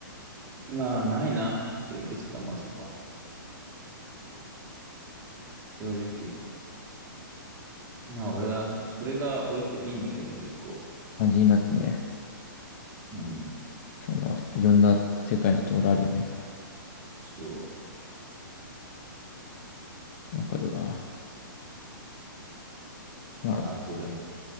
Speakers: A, on the right; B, on the left.
A: まあ、ないな、清潔感、まあそこは。正直。まあ、俺は、それがおいいいんだけどね、結構。
B: 感じになってね。
A: うん。
B: その、いろんな世界のところあるよね。
A: そう。
B: わかるわ。まあ、
A: あと、でも、